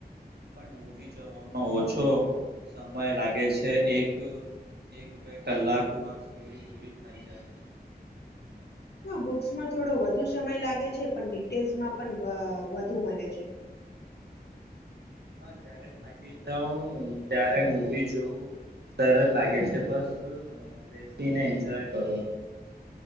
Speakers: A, on the right; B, on the left.
A: પણ મુવી જોવામાં ઓછો સમય લાગે છે એક એક બે કલાકમાં સ્ટોરી પૂરી થઈ જાય.
B: હા બુક્સમાં થોડો વધુ સમય લાગે છે પણ ડિટેલ્સમાં પણ વ વધુ મલે છે.
A: જ થાકી જા ત્યારે મુવી જોવું સરળ લાગે છે બસ બેસીને એન્જોય કરો